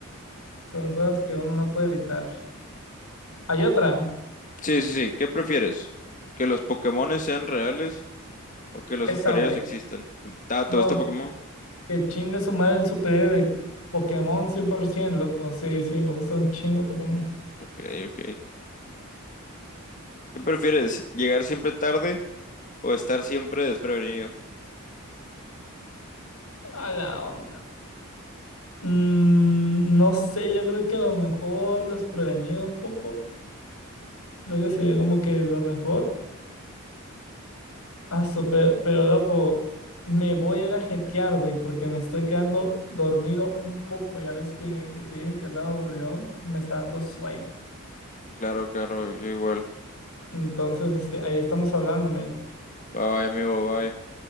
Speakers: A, on the left; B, on the left.
A: Son cosas que uno no puede evitar. Hay otra,
B: Sí, sí, sí. ¿Qué prefieres? ¿Que los Pokémones sean reales o que los
A: esa,
B: superhéroes
A: güey.
B: existan? Ah,
A: No,
B: ¿te gusta Pokémon?
A: que chingue su madre el superhéroe. Pokémon 100%, loco. Sí, sí, me gusta un chingo Pokémon.
B: Ok, ok. ¿Qué prefieres? ¿Llegar siempre tarde o estar siempre desprevenido?
A: A la onda. Mm, no sé, yo creo que a lo mejor desprevenido un poco. Creo que sería como que lo mejor. Ah, super, pero loco, me voy a ir a jetear, güey, porque me estoy quedando dormido un poco. Ya ves que, que te dije que andaba aburridón, me está dando sueño.
B: Claro, claro, yo igual.
A: Entonces, este, ahí estamos hablando, men.
B: Bye, bye, amigo, bye.